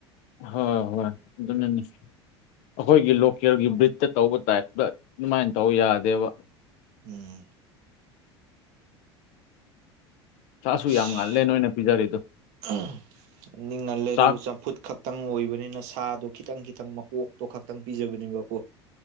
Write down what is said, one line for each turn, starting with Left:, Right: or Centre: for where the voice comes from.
Left: ꯍꯣꯏ ꯍꯣꯏ ꯑꯗꯨꯅꯅꯤ ꯑꯩꯈꯣꯏꯒꯤ ꯂꯣꯀꯦꯜꯒꯤ ꯕ꯭ꯔꯤꯠꯇ ꯇꯧꯕ ꯇꯥꯏꯞꯇ ꯑꯗꯨꯃꯥꯏꯅ ꯇꯧ ꯌꯥꯗꯦꯕ
Right: ꯎꯝ
Left: ꯁꯥꯁꯨ
Right: ꯁꯤ
Left: ꯌꯥꯝ ꯉꯜꯂꯦ ꯅꯣꯏꯅ ꯄꯤꯖꯔꯤꯗꯣ
Right: <unintelligible> ꯅꯤꯡꯍꯜꯂꯦ ꯑꯗꯨꯕꯨ
Left: ꯆꯥꯛ
Right: ꯆꯝꯐꯨꯠ ꯈꯛ ꯇꯪ ꯑꯣꯏꯕꯅꯤꯅ ꯁꯥꯗꯣ ꯈꯤꯇꯪ ꯈꯤꯇꯪ ꯃꯀꯣꯛꯇꯣ ꯈꯛꯇꯪ ꯄꯤꯖꯕꯅꯦꯕꯀꯣ